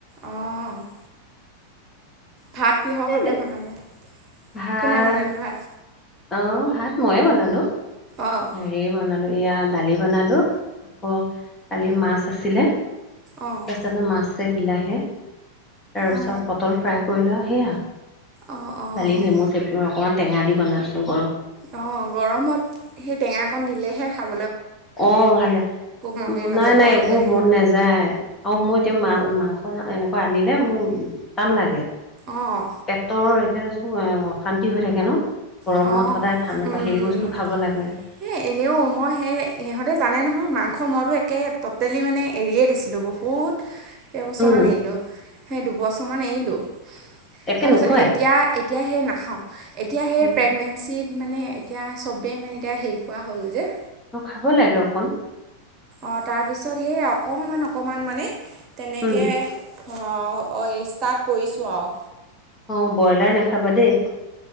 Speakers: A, on the right; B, on the left.
A: অহ' ভাত কিহৰ
B: এই
A: সৈতে
B: দে
A: বনালে।
B: ভাত
A: কোনে বনালে ভাত?
B: অ' ভাত মইয়ে বনালোঁ,
A: অ'।
B: হেৰি বনালোঁ। এয়াৰ দালি বনালোঁ। অ' কালি মাছ আছিলে, তাৰপিছতে
A: অ',
B: মাছ মাছে, বিলাহীয়ে। তাৰপিছত,
A: অ',
B: পটল ফ্ৰাই কৰিলোঁ সেয়া।
A: অ', অ',
B: দালি নেমু চেপি অকনমান টেঙা দি বনাইছোঁ।
A: অ' গৰমত সেই টেঙাকন দিলেহে খাব
B: অ' ভালে
A: মনেই
B: উম
A: নাযায়
B: নাই নাই
A: খাবলৈ।
B: এইবোৰ মন নাযায় আৰু মই এতিয়া মাছ মাংস চাং এনেকা আনিলে মোৰ টান লাগে
A: অ'।
B: পেটৰ এতিয়া টো অশান্তি হৈ থাকে ন গৰমত
A: অঁ
B: সদায় ঠান এনেকুৱা
A: উম
B: হে
A: উম
B: বস্তু খাব লাগে।
A: এই এনেও মই সেই সিহঁতে জানে নহয়, মাংস মইতো একে ট'টেলি মানে এৰিয়ে দিছিলোঁ বহুত। বহুত কেইবছৰমান
B: উম
A: এৰিলোঁ, সেই দুবছৰমান এৰিলোঁ।
B: একে
A: তাৰপাছত
B: নোখোৱাই
A: এতিয়া এতিয়া হেই নাখাওঁ। এতিয়া হেই
B: উম
A: প্ৰেগনেছি মানে এতিয়া চবেই মানে এতিয়া হেৰি কৰা হ'ল যে
B: অ' খাব লাগে অকণ।
A: অ' তাৰপিছত সেই অকমান অকমান মানে তেনেকে
B: উম
A: অ' অ' ষ্টাৰ্ট কৰিছোঁ আৰু
B: অ' ব্ৰইলাৰ নাখাবা দেই।